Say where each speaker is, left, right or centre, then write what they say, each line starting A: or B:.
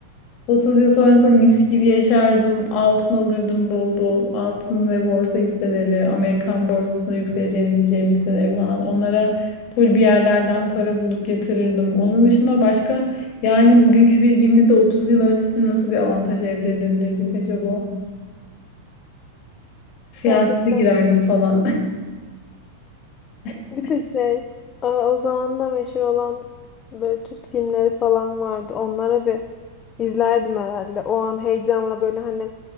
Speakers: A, on the left; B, on the left.
A: 30 yıl sonrasında mis gibi yaşardım. Altın alırdım bol bol. Altın ve borsa hisseleri, Amerikan borsasında yükseleceğini bileceğim hisseleri falan. Onlara full bir yerlerden para bulup yatırırdım. Onun dışında başka yani bugünkü bilgimizde 30 yıl öncesinde nasıl bir avantaj elde edebilirdik acaba? Siyasete
B: Gerçekten.
A: girerdim falan. <laughs>
B: Bir de şey, e, o zaman da meşhur olan böyle Türk filmleri falan vardı. Onlara bir izlerdim herhalde. O an heyecanla böyle hani